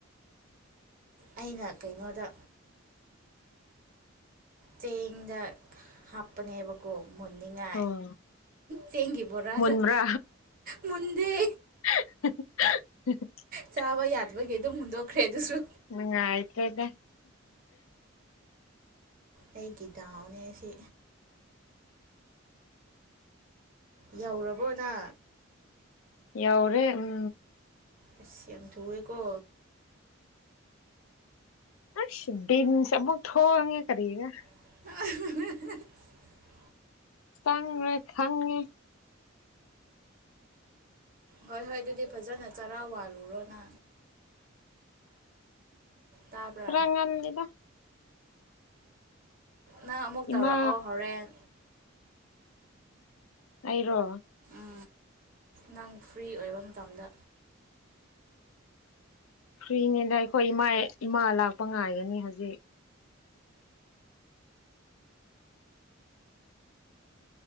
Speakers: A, on the right; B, on the left.
A: ꯑꯩꯅ ꯀꯩꯅꯣꯗ ꯆꯦꯡꯗ ꯍꯥꯞꯄꯅꯦꯕꯀꯣ ꯃꯟꯅꯉ
B: ꯑꯣ
A: ꯊꯦꯡꯉꯤ ꯄꯨꯔꯗ
B: ꯃꯨꯟꯕ꯭ꯔꯥ
A: ꯃꯗꯦ
B: <inaudible>
A: ꯆꯥꯕ ꯌꯥꯗꯕꯒꯤ ꯑꯗꯨꯝ ꯍꯨꯟꯗꯣꯛꯈ꯭ꯔꯦ ꯑꯗꯨꯁꯨ
B: ꯅꯨꯡꯉꯥꯏꯇ꯭ꯔꯦꯗ
A: ꯑꯩꯒꯤ ꯗꯥꯎꯅꯦꯁꯤ ꯌꯧꯔꯕꯣꯗ
B: ꯌꯥꯎꯔꯦ ꯎꯝ
A: ꯑ ꯌꯥꯝ ꯊꯨꯑꯦꯀꯣ
B: ꯑꯁ ꯤꯟ ꯁꯃꯨ ꯊꯦ ꯀꯦꯒ
A: <inaudible>
B: ꯆꯉꯃꯦ ꯊꯪꯅꯤ
A: ꯍꯣꯏ ꯍꯣꯏ ꯑꯗꯨꯗꯤ ꯐꯖꯅ ꯆꯔꯥ ꯋꯥꯜꯂꯨꯔꯣꯅ ꯇꯥꯕ꯭ꯔꯥ
B: ꯈꯔꯥ ꯉꯥꯟꯂꯗ
A: ꯅꯪ ꯑꯃꯨꯛ
B: ꯏꯃꯥ
A: ꯇꯧꯔꯛꯑꯣ ꯍꯣꯔꯦꯟ
B: ꯑꯩꯔꯣ
A: ꯎ ꯅꯪ ꯐ꯭ꯔꯤ ꯑꯣꯏꯕ ꯃꯇꯝꯗ
B: ꯐ꯭ꯔꯤꯅꯦꯗ ꯑꯩꯈꯣꯏ ꯏꯃꯥ ꯏꯃꯥ ꯂꯥꯛꯄ ꯉꯥꯏꯒꯅꯤ ꯍꯧꯖꯤꯛ